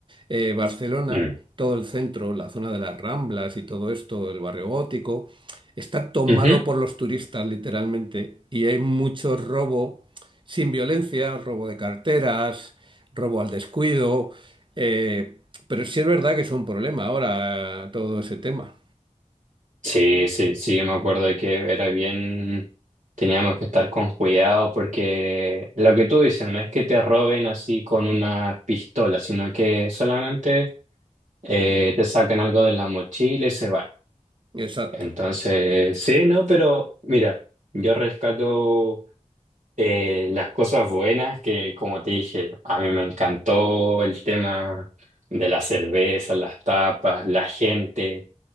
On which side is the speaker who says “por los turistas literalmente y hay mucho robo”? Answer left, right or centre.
Right